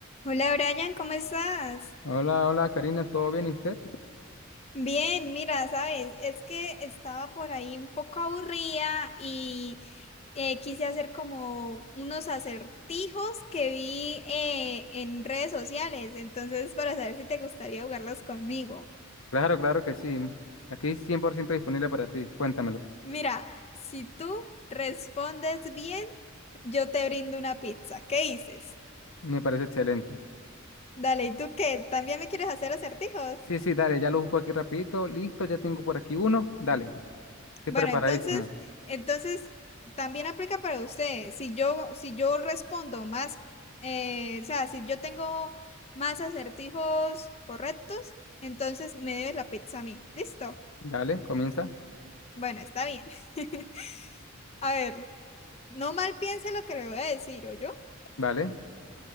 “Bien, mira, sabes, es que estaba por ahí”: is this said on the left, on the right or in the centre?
Left